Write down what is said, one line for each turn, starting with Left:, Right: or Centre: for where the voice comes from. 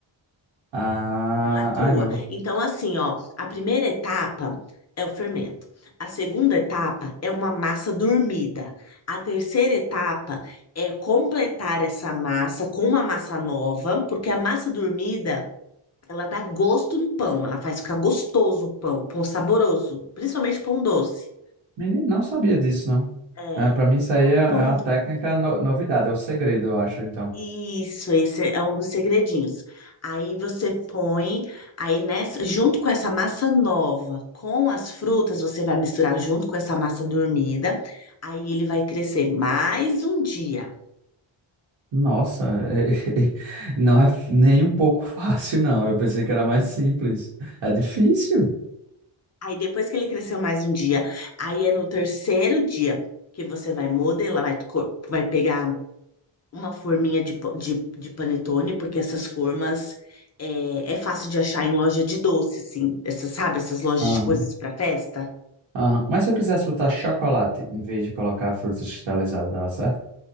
Right: Ah,
Left: Ela crua.
Right: ai, meu.
Left: Então, assim, ó, a primeira etapa é o fermento. A segunda etapa é uma massa dormida. A terceira etapa é completar essa massa com uma massa nova, porque a massa dormida, ela dá gosto no pão, ela faz ficar gostoso o pão, pão saboroso, principalmente pão doce.
Right: Menino, não sabia disso, não.
Left: É,
Right: É, para mim, isso aí
Left: todo
Right: é, é
Left: pão
Right: uma técnica no- novidade, é o segredo, eu acho, então.
Left: Isso, esse é um dos segredinhos. Aí você põe, aí nessa, junto com essa massa nova, com as frutas, você vai misturar junto com essa massa dormida. Aí ele vai crescer mais um dia.
Right: Nossa, <laughs> não é f- nem um pouco <laughs> fácil, não. Eu pensei que era mais simples. É difícil.
Left: Aí depois que ele cresceu mais um dia, aí é no terceiro dia que você vai modelar, vai, co- vai pegar uma forminha de, pa- de, de panetone, porque essas formas é, é fácil de achar em loja de doce, assim. Essas, sabe, essas lojas
Right: Aham,
Left: de coisas para festa.
Right: aham. Mas se eu quisesse botar chocolate em vez de colocar frutas cristalizadas, dava certo?